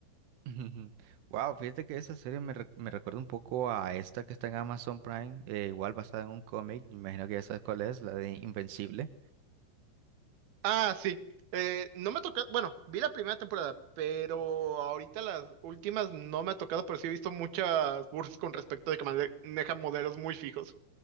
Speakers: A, on the right (about 85°); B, on the right (about 60°).
A: <laughs> ujú. Wow, fíjate que esa serie me, re- me recuerda un poco a esta que está en Amazon Prime, eh, igual basada en un cómic, me imagino que ya sabes cuál es, la de Invencible.
B: Ah, sí. Eh, no me tocó bueno, vi la primera temporada, pero ahorita las últimas no me ha tocado, pero sí he visto muchas bursts con respecto de que maneja modelos muy fijos.